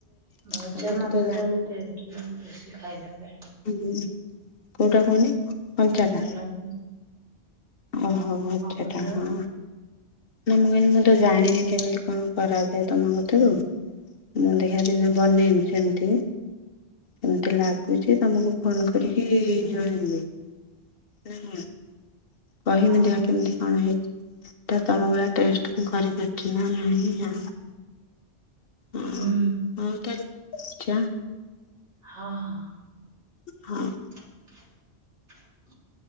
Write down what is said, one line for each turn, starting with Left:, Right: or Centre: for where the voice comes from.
Right: ଭଜା
Left: ତମଠୁ
Right: ମାଛ
Left: ତ
Right: ଟା ବି ଟେଷ୍ଟେ ବେଶୀ ଖାଇବାପାଇଁ
Left: ହୁ କୋଉଟା କହନି କଞ୍ଚାଟା
Right: ଆଜି
Left: ଓହୋ ଭଜା
Right: କହିଲ
Left: ଟା ହଁ ନା ମୁଁ କହିଲି ମୁଁ ତ ଜାଣିନି କେମିତି କଣ କରାଯାଏ ତମ କଠାରୁ? ମୁଁ ଦେଖାଦିନେ ବନେଇବି ସେମତି। କେମିତି ଲାଗୁଚି ତମକୁ ଫୋନ କରିକି ଜଣେଇବି। ନା କଣ। କହିବି
Right: ହଁ
Left: ଯ କେମିତି କଣ ହେଇଚି। ସେଟା ତମ ଭଳି ଟେଷ୍ଟ ମୁ କରିବାର କି ନାଇଁ ଜାଣିନି। ହଁ
Right: ହୁଁ
Left: ହଉ ତାଲେ <inaudible> ଛା
Right: ହଁ ହଁ।
Left: ହଁ।
Right: <inaudible>